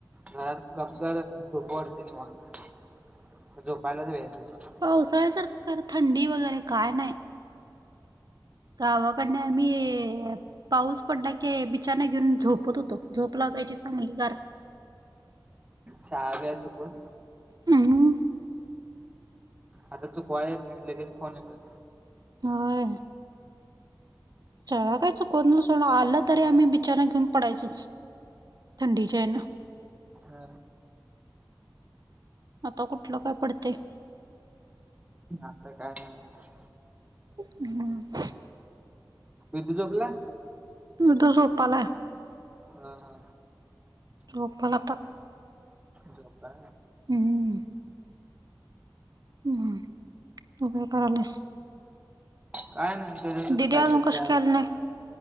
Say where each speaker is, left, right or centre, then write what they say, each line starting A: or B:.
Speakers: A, on the right; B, on the right.
A: घरात गपगार झोपू वाटतंय निवांत झोपायलाच वेळ नाही.
B: पावसाळ्यासारखं खरं थंडी वगैरे काय नाही. गावाकडनी आम्ही पाऊस पडला की बिछाना घेऊन झोपत होतो. झोप लागायची चांगली गार.
A: शाळा घ्या चुकून.
B: हम्म
A: आता चूकवाय येत नाही लगेच फोन येतोय.
B: होय. शाळा काय चुकवत नाही सोड आलं तरी आम्ही बिछाना घेऊन पडायचोच. थंडीच्या हेन
A: हा
B: आता कुठलं काय पडतंय.
A: आता काय नाही.
B: हम्म
A: विदू झोपला?
B: विदु झोपालाय.
A: हा हा.
B: झोपलं आता.
A: झोपा
B: हम्म हम्म, तू काय करालायस?
A: काय नाही केलो तिथं
B: दिदी
A: कायतर
B: अजून
A: तयार.
B: कशी काय आली नाही